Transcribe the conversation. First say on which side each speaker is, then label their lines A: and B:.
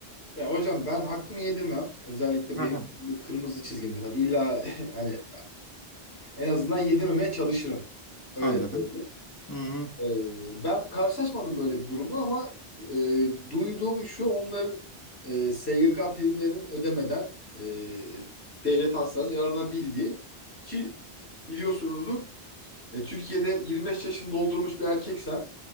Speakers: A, on the left; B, on the left.
A: Ya hocam ben hakkımı yedirmem. Özellikle
B: Aha.
A: benim bu kırmızı çizgimde tabii. illa <laughs> hani e, en azından yedirmemeye çalışırım. Öyle
B: Anladım.
A: söyleyeyim.
B: Hı-hı.
A: Ee, ben karşılaşmadım böyle bir durumla ama e, duyduğum şu onların e, SGK primlerini ödemeden e, devlet hastanesi yararlanabildiği ki biliyorsunuzdur e, Türkiye'de 25 yaşını doldurmuş bir erkeksen